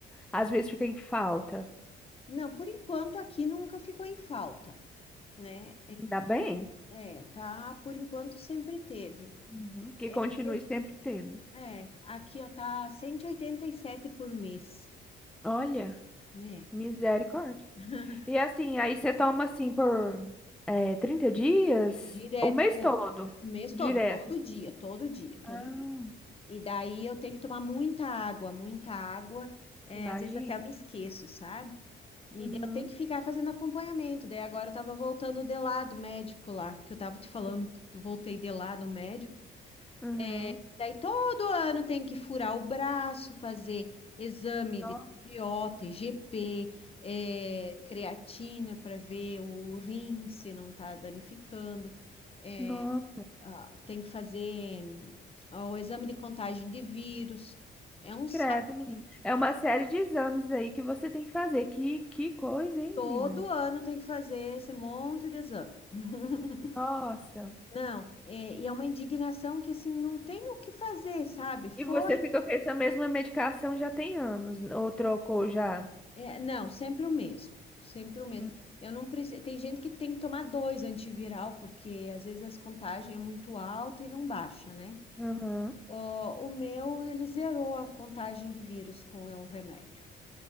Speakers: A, in the centre; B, on the left.
A: às vezes fica em falta?
B: não, por enquanto aqui nunca ficou em falta, né?
A: Ainda bem.
B: É, tá, por enquanto sempre teve.
A: Uhum. Que
B: É,
A: continue
B: te-
A: sempre tendo.
B: é, aqui ó, tá 187 por mês,
A: Olha,
B: né?
A: misericórdia.
B: <laughs>
A: E assim, aí você toma assim por é, 30 dias,
B: Direto,
A: o mês
B: é,
A: todo,
B: mês
A: direto.
B: todo, todo dia, todo dia, todo
A: Ah,
B: dia. E daí eu tenho que tomar muita água, muita água. É,
A: imagina.
B: às vezes até eu me esqueço, sabe? Eu
A: Uhum.
B: tenho que ficar fazendo acompanhamento. Daí agora eu tava voltando de lá do médico lá, que eu tava te falando
A: Sim.
B: que eu voltei de lá do médico.
A: Uhum.
B: É, daí todo ano tem que furar o braço, fazer exame
A: Nossa.
B: de TPO, p é, creatina para ver o rim se não tá danificando. eh,
A: Nossa.
B: ah, tem que fazer ah, o exame de contagem de vírus. É um
A: Credo,
B: saco.
A: menina. É uma série de exames aí que você tem que fazer. Que, que coisa, hein,
B: Todo
A: menina?
B: ano tem que fazer esse monte de exame. <laughs>
A: Nossa.
B: Não, é, e é uma indignação que assim não tem o que fazer, sabe? Foi,
A: E você fica com essa mesma medicação já tem anos, ou trocou já?
B: é, não, sempre o mesmo, sempre o mesmo.
A: Hum.
B: Eu não preciso. Tem gente que tem que tomar dois antiviral porque às vezes as contagens é muito alta e não baixa, né?
A: Uhum.
B: Ó, o meu ele zerou a contagem de vírus com o remédio.